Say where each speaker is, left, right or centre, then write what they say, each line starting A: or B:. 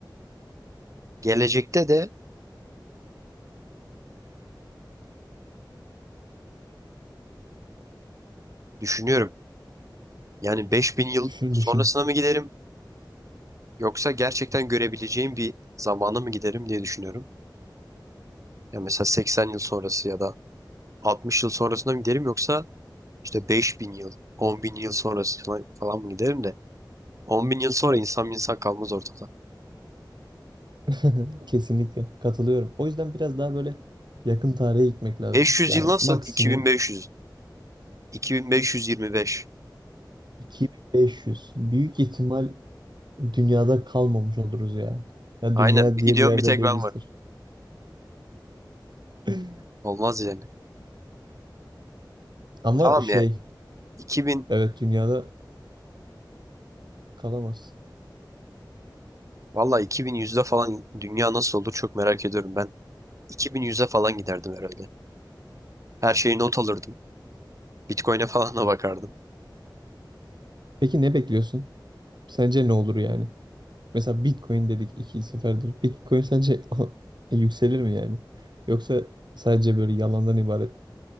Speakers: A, on the right; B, on the right.
A: Gelecekte de Düşünüyorum. Yani 5000 yıl
B: Düşün
A: sonrasına
B: düşün.
A: mı giderim yoksa gerçekten görebileceğim bir zamana mı giderim diye düşünüyorum. Ya mesela 80 yıl sonrası ya da 60 yıl sonrasına mı giderim yoksa işte 5000 yıl, 10.000 yıl sonrasına falan mı giderim de 10.000 yıl sonra insan bir insan kalmaz ortada.
B: <laughs> Kesinlikle katılıyorum. O yüzden biraz daha böyle yakın tarihe gitmek lazım.
A: Beş yüz
B: Yani
A: yıl nasıl?
B: maksimum
A: bin bin beş beş yüz. iki bin beş yüz yirmi beş.
B: iki bin beş yüz Büyük ihtimal dünyada kalmamış oluruz ya. Ya
A: Aynen.
B: dünya
A: Bir
B: diye
A: gidiyorum
B: bir yerde
A: bir tek
B: değilizdir.
A: ben varım.
B: <laughs>
A: Olmaz yani.
B: Ama
A: Tamam
B: şey
A: ya. iki bin.
B: Evet dünyada kalamaz.
A: Valla iki bin yüzde falan dünya nasıl olur çok merak ediyorum ben. 2100'e falan giderdim herhalde. Her şeyi not alırdım. Bitcoin'e falan da bakardım.
B: Peki ne bekliyorsun? Sence ne olur yani? Mesela Bitcoin dedik iki seferdir. Bitcoin sence <laughs> o- e, yükselir mi yani? Yoksa sadece böyle yalandan ibaret?